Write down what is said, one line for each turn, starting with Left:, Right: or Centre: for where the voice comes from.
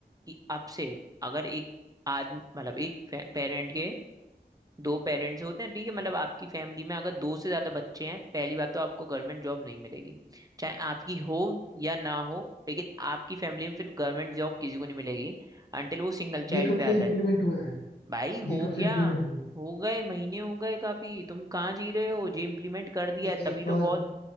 Right: कि अब से अगर एक आदमी मतलब एक पेरेंट के दो पेरेंट्स होते हैं ठीक है मतलब आपकी फैमिली में अगर दो से ज्यादा बच्चे हैं पहली बात तो आपको गवर्नमेंट जॉब नहीं मिलेगी चाहे आपकी हो या ना हो लेकिन आपकी फैमिली में फिर गवर्नमेंट जॉब किसी को नहीं मिलेगी अंटिल वो सिंगल
Left: ये
Right: चाइल्ड
Left: कब
Right: पे
Left: से
Right: आ जाए
Left: इम्प्लीमेंट हुआ है
Right: भाई हो
Left: ये कब से
Right: गया
Left: इम्प्लीमेंट हुआ है
Right: हो गए महीने हो गए काफी तुम कहाँ जी रहे हो जे इम्प्लीमेंट कर दिया
Left: ए,
Right: है, तभी
Left: एक
Right: तो
Left: बार
Right: बहुत